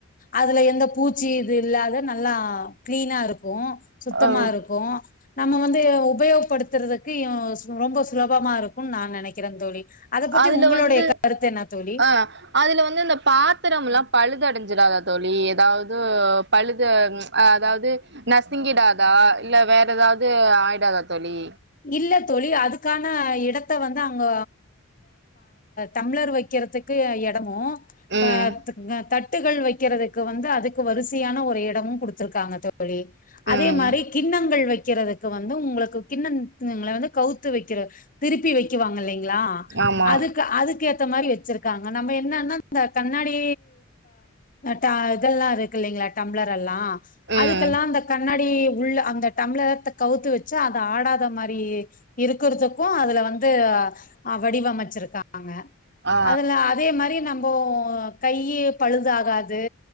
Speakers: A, on the left (about 40°); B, on the right (about 55°).
A: அதுல எந்த பூச்சி இது இல்லாத நல்லா கிளீனா இருக்கு இருக்கு சுத்தமா
B: அ
A: இருக்கு நம்ம வந்து உபயோகப்படுத்த ரதுக்கு ரொம்ப சுலபமா இருக்கும்னு நான் நெனைக்கிறே தோழி அத பத்தி
B: அதுல
A: உங்களுடைய
B: வந்து
A: கருத்து என்ன தோழி
B: ஆ அதுல வந்து அந்த பாத்திரலா பழுதடைஞ்ச டாதா தோழி ஏதாவது பழுது அதாவது நசிங்கிடாதா இல்ல வேற ஏதாவது ஆயிடாதா தோழி
A: இல்ல தோழி அதுக்கான இடத்த வந்து அங்க தம்ளர் வைக்கிறதுக்கு இடமு
B: ம்.
A: ஆ <unintelligible> தட் தட்டுகள் வைக்கிறதுக்கு வந்து அதுக்கு வரிசையான ஒரு இடமு கொடுத்துருக்காங்க தோ ழி அதே
B: ம்.
A: மாரி கிண்ணங்கள் வைக்கிறது வந்து உங்களுக்கு கின்ன ங்கள வந்து கவுத்து வைக்கிற திருப்பி வைக்கிவாங்க இலலைங்களா
B: ஆமா.
A: அதுக்கு அதுக்கு எத் தா மாரி வச்சிருக்காங்க நம்ம என்னன்னா இந்த கண்ணாடி ட இதெல்லாம் இருக்கு இல்லலைங்களா டம்ளர் எல்லா
B: ம்.
A: அதுக்கெல்லா இந்த கண்ணாடி உள்ள அந்த டம்ளரத்தை கவுத்து வச்சு அதை ஆடாத மாரி இருக்கிறதுக்கு அதுல வந்து வடிவமைச்சிருக்காங் கா
B: ஆ.
A: அதுல அதே மாதிரி நம் ரொம்போ கையி பழுதுகாது